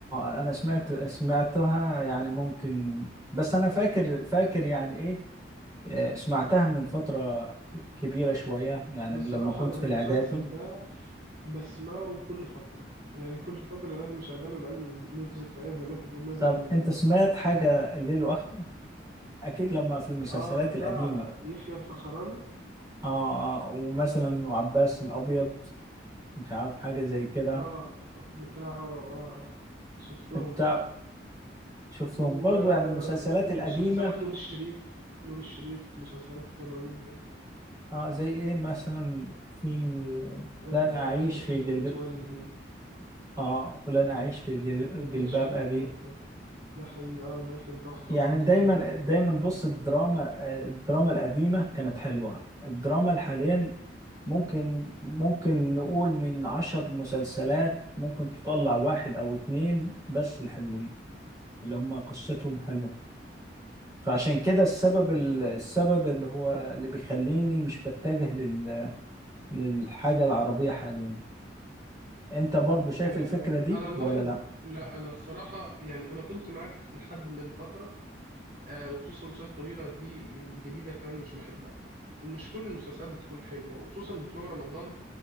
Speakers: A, on the right; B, on the right.
A: اه انا سمعت سمعتها يعني ممكن بس انا فاكر فاكر يعني ايه آه، سمعتها من فترة ك- كبيرة شوية يعني
B: بصراحة
A: من لما كنت
B: أنا
A: في
B: المسلسل
A: الاعدادي
B: ده بسمعه كل فترة يعني كل فترة لازم أشغله لأنه له ذكريات زي ما أنت بتقول نازل
A: طب
B: من زمان
A: انت سمعت حاجة الليل واخره اكيد لما في المسلسلات
B: اه ده بتاع
A: القديمة
B: يحيى الفخراني
A: اه اه ومثلا وعباس الابيض مش عارف حاجة زي كده
B: اه بتاعه آه اه، شفتهم
A: انت
B: اه
A: شفتهم
B: و...
A: برضو يعني المسلسلات
B: ومسلسلات
A: القديمة
B: نور الشريف نور الشريف مسلسلاته حلوة جدا
A: اه زي ايه مثلا في
B: آه
A: لن اعيش
B: عائلة الحاج
A: في جلجل
B: متولي
A: اه ولن اعيش في جل...
B: ولن أعيش
A: جلباب
B: في جلباب
A: ابي
B: أبي ده حقيقي اه ده كان تحفة
A: يعني
B: برضه
A: دايما
B: تقريبا
A: دايما بص الدراما الدراما القديمة كانت حلوة الدراما الحاليا ممكن ممكن نقول من عشر مسلسلات ممكن تطلع واحد او اتنين بس الحلوين اللي هم قصتهم حلوة فعشان كده السبب ال- السبب اللي هو اللي بيخليني مش بتجه لل... للحاجة العربية حاليا انت برضو شايف
B: آه
A: الفكرة دي
B: أنا ملاحظ
A: ولا لا
B: لا أنا الصراحة يعني أنا كنت معاك لحد من فترة آه وخصوصا المسلسلات الطويلة دي الجديدة كمان مش بحبها ومش كل المسلسلات بتكون حلوة وخصوصا بتوع رمضان